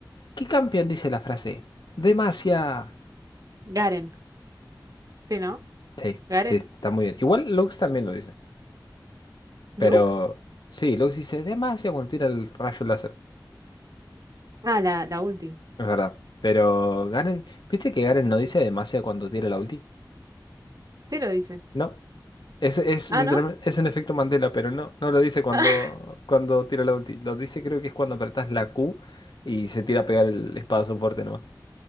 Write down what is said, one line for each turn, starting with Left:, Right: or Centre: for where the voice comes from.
Left: ¿qué campeón dice la frase? Demacia.
Right: Garen. ¿Sí, no?
Left: Sí,
Right: Garen.
Left: sí, está muy bien. Igual Lux también lo dice, pero
Right: ¿Lux?
Left: sí, Lux dice Demacia cuando tira el rayo láser,
Right: Ah, la, la ulti.
Left: es verdad. Pero Garen, ¿viste que Garen no dice Demacia cuando tira la ulti?
Right: Sí lo dice.
Left: No. Es, es
Right: Ah,
Left: literalmente,
Right: ¿no?
Left: es un efecto Mandela, pero no, no lo dice cuando,
Right: <laughs>
Left: cuando tira la ulti. Lo dice creo que es cuando apretás la Q y se tira a pegar el espadazo fuerte nomás.